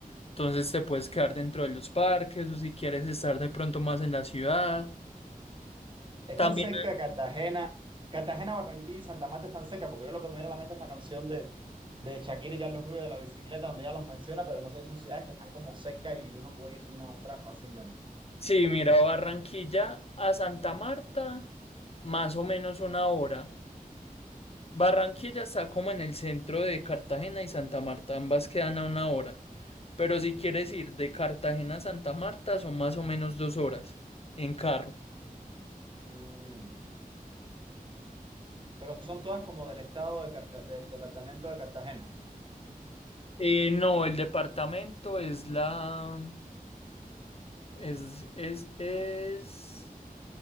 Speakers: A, on the left; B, on the right.
A: Entonces te puedes quedar dentro de los parques o si quieres estar de pronto más en la ciudad.
B: ¿Están
A: También,
B: seca Cartagena? Cartagena, Barranquilla y Santa Marta están seca porque yo lo que me viene a la mente es la canción de, de Shakira y Carlos Vives de la bicicleta, donde ya los menciona, pero no sé si son ciudades que están como cerca y uno puede ir de una a otra fácilmente.
A: sí, mira, Barranquilla a Santa Marta, más o menos una hora. Barranquilla está como en el centro de Cartagena y Santa Marta, ambas quedan a una hora. Pero si quieres ir de Cartagena a Santa Marta, son más o menos dos horas en carro.
B: Mm, Pero son todas como del estado de Carta- del departamento de Cartagena.
A: Eh, no, el departamento es la... Es, es, es...